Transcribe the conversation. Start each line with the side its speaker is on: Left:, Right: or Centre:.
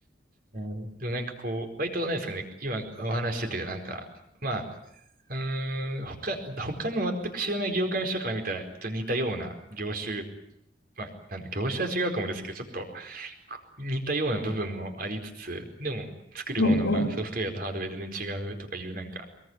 Right: ど。はい。でもなんかこう、割となんですかね、今お話ししてて、なんか、まあ、うーん、他、他の全く知らない業界の人から見たら、ちょっと似たような業種、まあ、なん業種は違うかもですけど、ちょっと似たような部分もありつつ、でも作るものがソフトウェアとハードウェア全然違うとかいう、
Left: <laughs> うんうん。
Right: なんか、